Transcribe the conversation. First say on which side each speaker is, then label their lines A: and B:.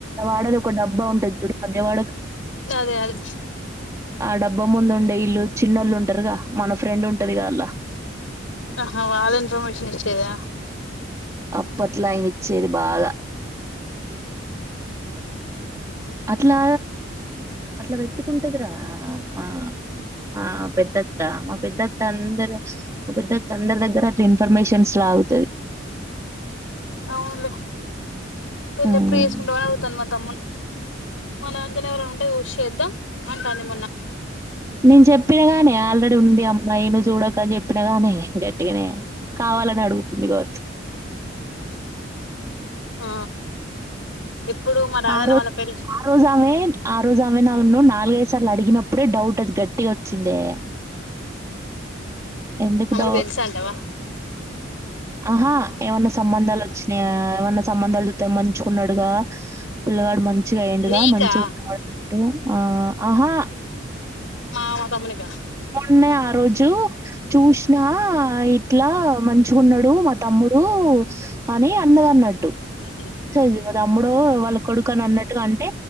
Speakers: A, on the right; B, on the left.
A: వాడది ఒక డబ్బా ఉంటది చుడకదేవాడక
B: అదే అదే
A: ఆ డబ్బా ముందు ఉండే ఇల్లు చిన్నోళ్ళు ఉంటారుగా మన ఫ్రెండ్ ఉంటది కదలా
B: ఆహా వాళ ఇన్ఫర్మేషన్ ఇచ్చేదా
A: అప్పట్లా అయినిచ్చేది బాగా అట్లా అట్లా పెట్ ట్కుంటద్ర మా మా పెద్దత్త మా పెద్దత్ తందర ఒక పెద్ద అత్త అందరి దగర అట్ ఇన్ఫర్మేషన్స్లా లాగుతది
B: అవునులే పెళ్ళ
A: ఉమ్.
B: ఎప్పుడు వేసుకుంటా అని అడుగుతాంది మా తమ్ముడిని మనంతానే ఎవరైనా ఉంటే యూసి చేద్దాం అంటాంది మొన్న
A: నేను చెప్పినగానే ఆల్రెడీ ఉంది అమ్మాయి నువ్వు చూడక అని చెప్పినగానే అట్గనే కావాలని అడుగుతుంది గో
B: ఆ ఎప్పుడు మా రాజన్న
A: ఆ రోజ
B: వాళ్ళ పెళ్లి
A: ఆ రోజు అమ్మే ఆ రోజు ఆమెనా నాలుగైదు సార్లు అడిగినప్పుడే డౌట్ అది గట్టిగా వచ్చిందే ఎందుకు
B: అమ్మకు
A: డౌ
B: తెలుసా అంటావా
A: ఆహా ఏమన్నా సంబంధాలు వచ్చినాయా ఏమన్నా సంబంధాలు చూతా మంచి తెచ్చుకున్నాడుగా పిల్లగాడు మంచిగా అయ్యిండుగా
B: నీకా
A: మంచిగా ఆ ఆహా
B: వాళ్ళ తమ్మునికా
A: మొన్నె ఆ రోజు చూసినా ఇట్లా మంచిగున్నాడు మా తమ్ముడు అని అన్నదన్నట్టు
B: ఉమ్
A: చదివిం కదా అమ్ముడో వాళ్ళ కొడుకు అని అన్నట్టుగా అంటే